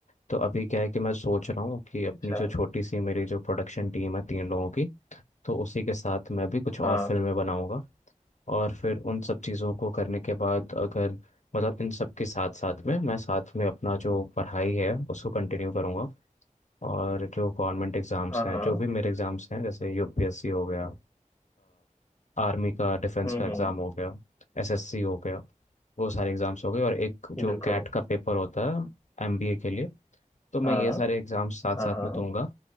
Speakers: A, on the left; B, on the left.
A: तो अभी क्या है कि मैं सोच रहा हूँ कि अपनी
B: अच्छा
A: जो छोटी सी मेरी जो प्रोडक्शन टीम है तीन लोगों की तो उसी के साथ मैं भी कुछ और
B: हाँ
A: फिल्में बनाऊंगा और फिर उन सब चीज़ों को करने के बाद अगर मतलब इन सब के साथ साथ में मैं साथ में अपना जो पढ़ाई है उसको कंटिन्यू करूँगा और जो गवर्नमेंट एग्ज़ाम्स
B: हाँ
A: हैं
B: हाँ
A: जो भी मेरे एग्ज़ाम्स हैं जैसे यूपीएससी हो गया आर्मी का डिफेंस
B: हम्म
A: का एग्ज़ाम
B: हम्म
A: हो गया एसएससी हो गया वो सारे एग्ज़ाम्स हो गए और एक
B: बिल्कुल
A: जो कैट का पेपर होता है एमबीए के लिए तो मैं
B: हाँ
A: ये सारे एग्जाम्स साथ
B: हाँ
A: साथ
B: हाँ
A: में दूंगा